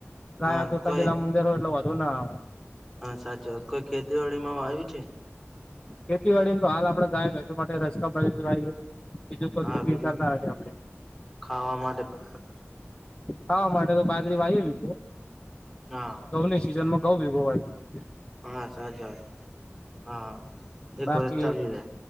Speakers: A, on the left (about 20°); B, in the centre.
A: ના
B: હા
A: તો
B: કોઈ
A: તબીલા મંદિર હોય એટલે વોધો ના આવે.
B: હા સાચું વાત કોઈ ખેતીવાડી માં આવ્યું છે.
A: ખેતીવાડીને તો હાલ આપડે ગાય ભેંસો માટે રસ્તા કરી લઈએ. બીજું તો
B: હા
A: ચીતરતા
B: બીજું
A: નથી આપડે.
B: ખાવા માટે પાક
A: હા માટે તો બાજરી વાય લીધી
B: હા.
A: ઘઉં ની સિઝનમાં ઘઉ ભીગોવાય.
B: હા સાચી વાત હા એક
A: બાકી
B: વર્ષ ચાલુ રહે